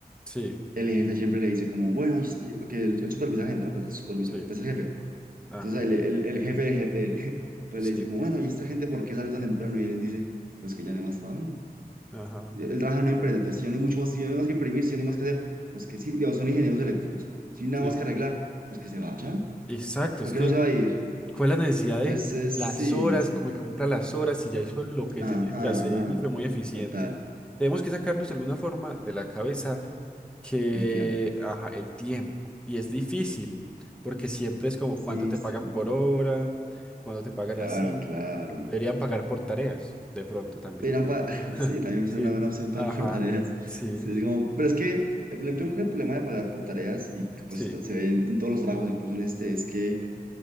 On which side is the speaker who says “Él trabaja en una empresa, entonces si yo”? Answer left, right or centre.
Right